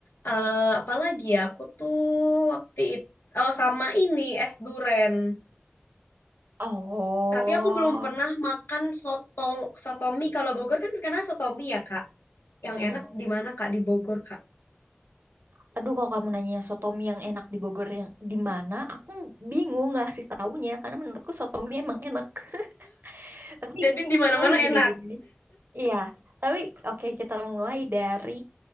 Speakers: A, on the left; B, on the right.
A: eh, apalagi ya? Aku tuh waktu itu oh sama ini es duren.
B: Oh.
A: Tapi aku belum pernah makan soto sotomi. Kalau Bogor kan terkenal sotomi ya, Kak.
B: Mm.
A: Yang enak di mana, Kak? Di Bogor, Kak.
B: Aduh, kalau kamu nanya sotomi yang enak di Bogor yang di mana, aku bingung ngasih taunya karena menurutku sotomi emang enak. <laughs> Tapi
A: Jadi di mana-mana
B: tapi
A: enak.
B: gini-gini. Iya, tapi oke kita mulai dari